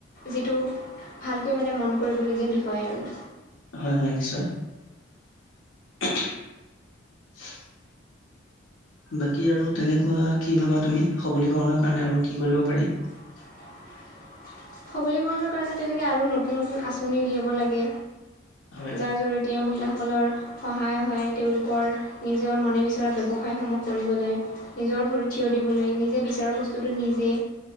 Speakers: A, on the left; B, on the left.
A: যিটো ভালকৈ মানে মন কৰিবলগীয়া বিষয় আৰু।
B: হয়, হয় নিশ্চয়। <unintelligible> বাকী আৰু তেনেকুৱা কি ভাবা তুমি সবলীকৰণৰ কাৰণে আৰু কি কৰিব পাৰি?
A: <unintelligible> সবলীকৰণৰ কাৰণে তেনেকে আৰু নতুন নতুন আঁচনি উলিয়াব লাগে।
B: হয়
A: যাৰ জৰিয়তে মহিলাসকলৰ সহায় হয়, তেওঁলোকৰ নিজৰ মনে বিচৰা ব্যৱসায়সমূহ কৰিবলৈ নিজৰ ভৰিত থিয় দিবলৈ, নিজে বিচৰা বস্তুটো নিজে